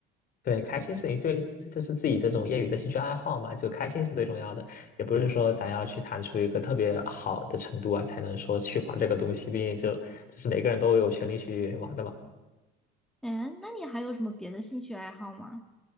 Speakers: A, on the left; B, in the centre.
A: 对，开心是你最，就是自己这种业余的兴趣爱好嘛，就开心是最重要的，也不是说咱要去谈出一个特别好的程度啊，才能说去玩这个东西，毕竟就就是每个人都有权利去玩的嘛。
B: 嗯，那你还有什么别的兴趣爱好吗？